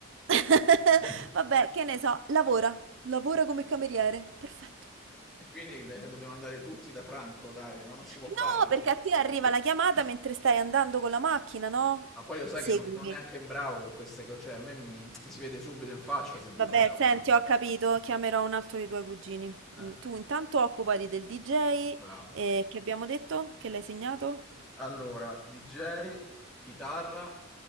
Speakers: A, on the right; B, in the centre.
A: <laughs>
B: <laughs>
A: Vabbè, che ne so, lavora, lavora come cameriere. Perfetto.
B: E quindi de dobbiamo andare tutti da Franco dai, ma non si può
A: No,
B: fare così.
A: perché a te arriva la chiamata mentre stai andando con la macchina, no?
B: Ma poi lo sai
A: Seguimi.
B: che non sono neanche bravo con queste co cioè a me mi mi si vede subito in faccia se dico
A: Vabbè,
B: una cavolata.
A: senti, ho capito, chiamerò un altro dei tuoi cugini.
B: Ecco,
A: Mm, Tu intanto occupati del DJ,
B: brava.
A: eh, che abbiamo detto? Che l'hai segnato?
B: Allora, DJ, chitarra